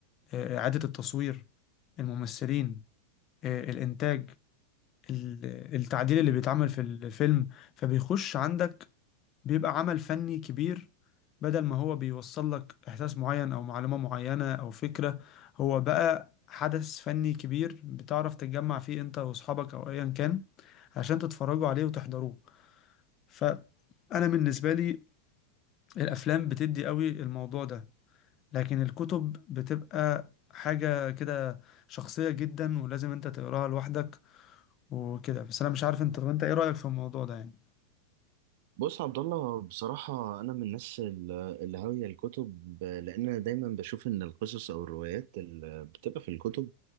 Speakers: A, on the left (about 35°); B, on the right (about 60°).
A: آه، إعادة التصوير الممثلين آه، الإنتاج ال- التعديل اللي بيتعمل في الفيلم فبيخش عندك بيبقى عمل فني كبير بدل ما هو بيوصل لك إحساس معين أو معلومة معينة أو فكرة هو بقى حدث فني كبير بتعرف تتجمع فيه أنت وأصحابك أو أيا كان عشان تتفرجوا عليه وتحضروه فأنا بالنسبة لي الأفلام بتدي قوي الموضوع ده لكن الكتب بتبقى حاجة كده شخصية جدا ولازم أنت تقراها لوحدك وكده بس أنا مش عارف أنت طب أنت إيه رأيك في الموضوع ده يعني؟
B: بص عبد الله بصراحة أنا من الناس ال- اللي هاوية الكتب لأن أنا دايما بشوف إن القصص أو الروايات اللي بتبقى في الكتب